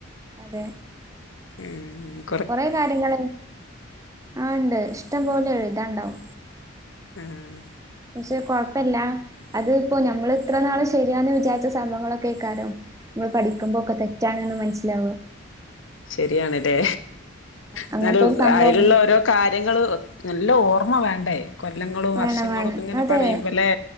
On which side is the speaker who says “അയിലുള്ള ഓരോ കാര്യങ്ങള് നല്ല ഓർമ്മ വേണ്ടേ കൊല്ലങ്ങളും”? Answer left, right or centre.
Left